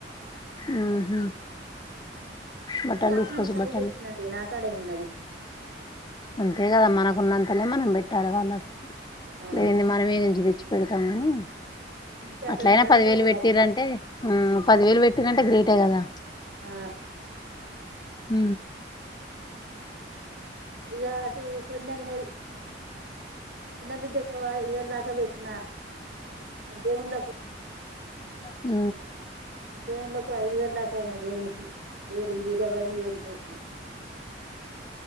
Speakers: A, on the left (about 25°); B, on the right (about 70°).
A: ఆహ బట్టలు
B: చేతనైన
A: తీసుకొచ్చి
B: కాడికి
A: బట్టలు
B: పెట్టినండి నా కాడే ఉన్నది
A: అంతే కదా మనకున్నంత అక్కనే మనం పెట్టాలి వాళ్ళకు
B: ఆ
A: లేనిది మనం యానుంచి తెచ్చి పెడతాం కాని
B: చేతనైన
A: అట్లయినా
B: కాడికి
A: పదివేలు
B: పొరలాడిన
A: పెట్టిరంటే ఉ పదివేలు పెట్టిరంటే గ్రేటే కదా
B: ఆ
A: హ
B: ఇక అటు కొన్ని అయినాయి చిన్న బిడ్డకు ఇదివల్ దాకబెట్నా అ దేవుళ్ళకు
A: ఆ
B: దేవుల్లకు ఐదు వేల దాకా అయినాయి దేవునికి బేడు <unintelligible> ఈడవన్నీ ఏం చేసిన